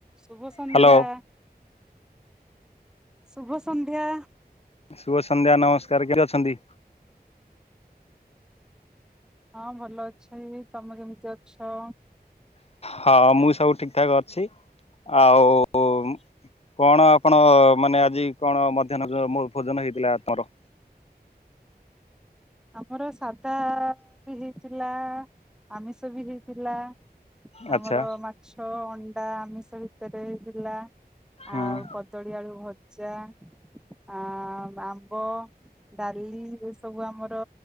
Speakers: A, in the centre; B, on the left (about 40°).
A: ଶୁଭ ସନ୍ଧ୍ୟା।
B: ହ୍ୟାଲୋ
A: ଶୁଭ ସନ୍ଧ୍ୟା।
B: ଶୁଭ ସନ୍ଧ୍ୟା ନମସ୍କାର କେମତି ଅଛନ୍ତି?
A: ହଁ ଭଲ ଅଛି, ତମେ କେମିତି ଅଛ?
B: ହଁ ମୁଁ ସବୁ ଠିକ ଠାକ୍ ଅଛି, ଆଉ କଣ ଆପଣ ମାନେ ଆଜି କଣ ମଧ୍ୟାହ୍ନ ମୋ ଭୋଜନ ହେଇଥିଲା ତମର?
A: ଆମର ସାଧା ବି ହେଇଥିଲା, ଆମିଷ ବି ହେଇଥିଲା।
B: ଆଚ୍ଛା
A: ଆମର ମାଛ, ଅଣ୍ଡା ଆମିଷ ଭିତରେ ଥିଲା।
B: ହୁଁ
A: ଆଉ କଦଳୀ ଆଳୁ ଭଜା ଆ-ଆମ୍ବ। ଡାଲି ଏ ସବୁ ଆମର